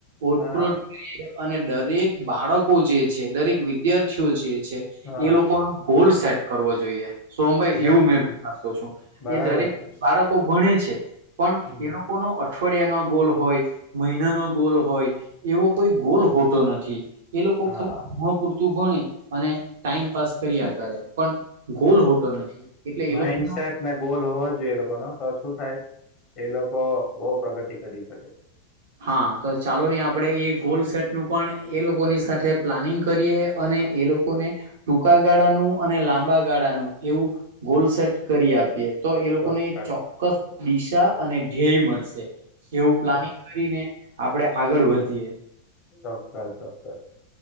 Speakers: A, on the right; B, on the left.
A: ઓટપ્રોટ
B: હા
A: કરીએ અને દરેક બાળકો જે છે દરેક વિદ્યાર્થીઓ જે છે
B: હા
A: એ લોકો ના ગોલસ સેટ કરવો જોઈએ સોમભાઈ
B: યાર
A: એવું મે વિચારતો છું
B: બરાબર
A: એ દરેક બાળકો ભણે છે પણ
B: હમ
A: એ લોકો નું અ અઠવાડિયાનો ગોલ હોય મહિના નો ગોલ હોય એવો કોઈ ગોલ હોતો નથી એ લોકો
B: હા
A: ખલ ભણવા પૂરતું ભણે અને ટાઈમ પાસ કર્યા કરે પણ ગોલ હોતો નથી એટલે એ
B: માઈન્ડસેટ
A: લોકો
B: ને ગોલ હોવો જોઈએ એ લોકો નો તો શું થાય એ લોકો બહુ પ્રગતિ કરી શકે
A: હા તો ચાલો નહી આપણે એ ગોલ સેટ નું પણ એ લોકોની સાથે પ્લાનિંગ કરીએ અને એ લોકોને ટૂંકા ગાળાનું અને લાંબા ગાળાનું એવું ગોલસેટ કરી આપીએ તો એ લોકોને
B: ચોક્કસ
A: એક ચોક્કસ દિશા અને ધ્યેય મળશે
B: ચોક્કસ
A: એવું પ્લાનિંગ કરીને આપણે આગળ વધીએ
B: ચોક્કસ ચોક્કસ